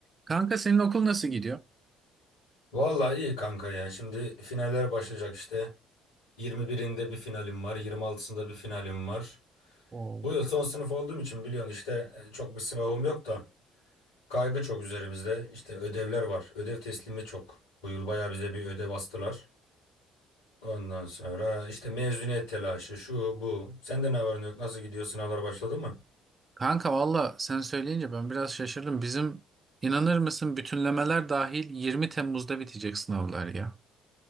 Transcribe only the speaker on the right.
Kanka senin okul nasıl gidiyor?
Oo.
Kanka valla sen söyleyince ben biraz şaşırdım. Bizim inanır mısın bütünlemeler dahil 20 Temmuz'da bitecek sınavlar ya.